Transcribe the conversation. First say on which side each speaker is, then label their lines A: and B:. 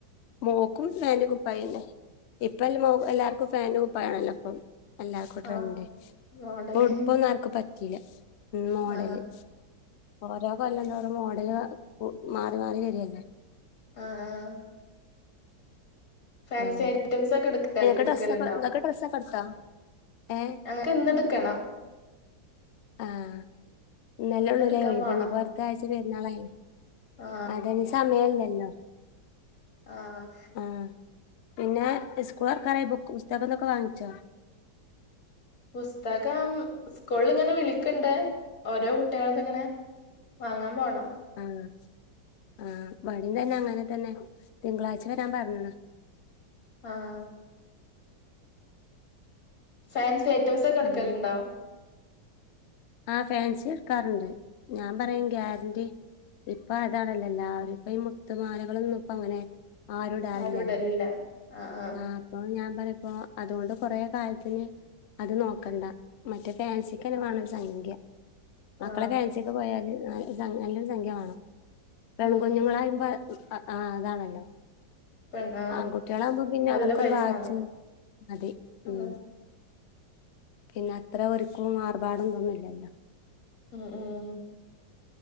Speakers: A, on the left (about 70°); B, on the left (about 50°).
A: മോക്കും ഫാന്റും കുപ്പായന്നെ ഇപ്പ എല്ല മോ എല്ലാവർക്കും ഫാന്റും കുപ്പയ ആണല്ലോ അപ്പം എല്ലാവർക്കും ട്രൻഡ്
B: ആ മോഡല്
A: ഇപ്പൊ ഉടുപ്പൊന്നും ആർക്കും പറ്റീല്ല ഉം മോഡല്
B: ആ
A: ഓരോ കൊല്ലം തോറും മോഡല് കു മാറി മാറി വരെല്ലേ
B: ആഹ് ഫാൻസി
A: ആഹ്
B: ഐറ്റംസ് ഒക്കെ എടുക്ക
A: നിനക്ക്
B: എടുക്കലുണ്ടോ
A: ഡ്രസ്സൊക്കെ ഇങ്ങക്ക് ഡ്രസ്സൊക്കെ എടുത്തോ ഏഹ്
B: അങ്ങ ഇത്‌ന്ന്ട്ക്കണം
A: ആഹ് ഇന്നല്ലള്ളൂലേ
B: ഇന്ന് എടുക്കാൻ
A: ഒഴിവ്
B: പോണം
A: ഇനിപ്പോ അടുത്ത ആഴ്ച പെരുന്നാളായിലെ
B: ആ
A: അതന തമേൽ നല്ലൊ
B: ആഹ്
A: ആഹ് പിന്നെ ഇസ്കൂളൊർക്കാറായി ബുക്ക് പുസ്തകം ഇതൊക്കെ വാങ്ങിച്ചോ
B: പുസ്തകം ഉസ്കൂളില്ങ്ങനെ വിളിക്ക്ണ്ട് ഓരോ കുട്ട്യേളത് ഇങ്ങനെ വാങ്ങാൻ പോണം
A: ആഹ്‌ ആഹ്‌ ഇവടിം തന്നെ അങ്ങനെ തന്നെ തിങ്കളാഴ്ച വരാൻ പറഞ്ഞ്ണ്
B: ആഹ്‌ ഫാൻസി ഐറ്റംസൊക്കെട്ക്കലുണ്ടോ
A: അങ്ങനെ ആഹ് ഫാൻസി ഇട്ക്കാറുണ്ട് ഞാൻ പറയും ഗ്യാര്ന്റി ഇപ്പ അതാണല്ലോ എല്ലാരും ഇപ്പ ഈ മുത്തുമാലകളൊന്നും ഇപ്പ അങ്ങനെ ആരും ഇടാറില്ലല്ലോ
B: ആരു ഇടലില്ല അഹ് ആഹ്‌
A: ആഹ് അപ്പൊ ഞാൻ പറി പ്പോ അതുകൊണ്ട് കൊറേ കാലത്തിന് അത് നോക്കണ്ട മറ്റേ ഫാൻസിക്കന്നെ മാണം ഒരു സംഖ്യ മക്കളെ
B: ആ
A: കാൻസിക്ക് പോയാല് നല്ല സം നല്ലൊരു സംഖ്യ മാണം പെൺകുഞ്ഞുങ്ങളാറിമ്പ
B: ഉം
A: ഉം അ ആ അതാണല്ലോ
B: പെ ആ
A: ആൺകുട്ടികളാവുമ്പോ പിന്നെ
B: നല്ല
A: അവർക്കൊരു
B: പൈസാണ്
A: വാച്ച് അതെ
B: ആ
A: ഉം പിന്നെ അത്ര ഒരുക്കും ആർഭാടം ഇതൊന്നുമില്ലല്ലോ.
B: ഉ ഉം